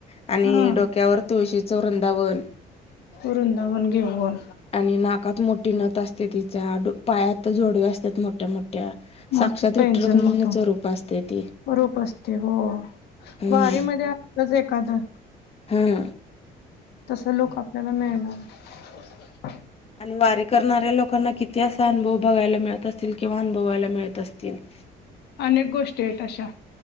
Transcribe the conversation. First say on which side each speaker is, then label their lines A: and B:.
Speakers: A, on the left (about 35°); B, on the left (about 75°).
A: आणि
B: हा
A: डोक्यावर तुळशीचं वृंदावन
B: वरुंदावन घेऊण वर
A: आणि नाकात मोठी नत असते तिच्या पायात तर जोडवे असतात मोठ्या, मोठ्या,
B: मोठ
A: साक्षात
B: पेंझन
A: विठ्ठलरुक्मिणीचं
B: मोठ, मोठ
A: रूप असते ती
B: रूप असते हो
A: हम्म
B: वारी मध्ये असतच एखादं
A: हम्म.
B: तस लोक आपल्याला मिळणात. <unintelligible>
A: आणि वारी करणाऱ्या लोकांना किती असा अनुभव बघायला मिळत असतील किंवा अनुभवायला मिळत असतील. ह <unintelligible>
B: अनेक गोष्टी आहेत अशा.